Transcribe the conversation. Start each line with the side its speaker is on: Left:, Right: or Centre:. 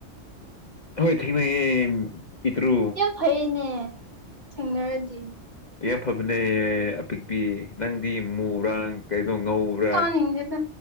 Left: ꯍꯣꯏ ꯊꯦꯡꯅꯩꯌꯦ ꯄꯤꯛꯇ꯭ꯔꯨ
Right: ꯌꯥꯝ ꯐꯩꯅꯦ ꯊꯦꯡꯅꯔꯗꯤ
Left: ꯌꯥꯝ ꯐꯕꯅꯦ ꯑꯄꯤꯛꯄꯤ ꯅꯪꯗꯤ ꯃꯨꯕ꯭ꯔꯥ ꯀꯩꯅꯣ ꯉꯧꯕ꯭ꯔꯥ
Right: ꯇꯥꯅꯤꯡꯗꯦꯗ